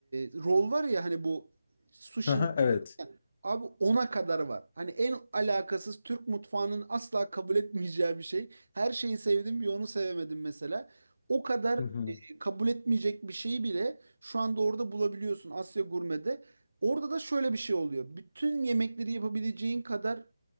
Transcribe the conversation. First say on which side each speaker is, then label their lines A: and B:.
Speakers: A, on the right; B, on the left.
A: rol var ya hani bu sushi
B: Aha, evet.
A: abi ona kadar var. Hani en alakasız Türk mutfağının asla kabul etmeyeceği bir şey. Her şeyi sevdim bir onu sevemedim mesela. O kadar
B: Hı hı,
A: e, kabul etmeyecek bir şeyi bile şu anda orada bulabiliyorsun Asya Gurme'de. Orada da şöyle bir şey oluyor. Bütün yemekleri yapabileceğin kadar